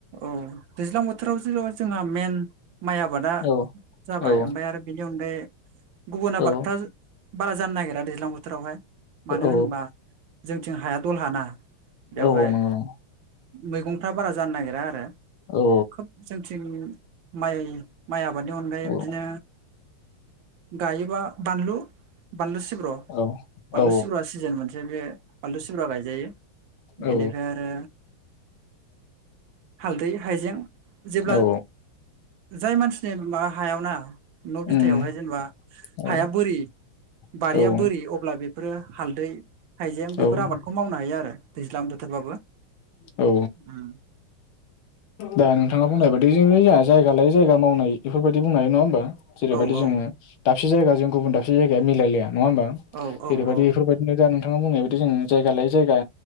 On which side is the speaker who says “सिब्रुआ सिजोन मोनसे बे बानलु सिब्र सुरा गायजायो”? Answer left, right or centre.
Right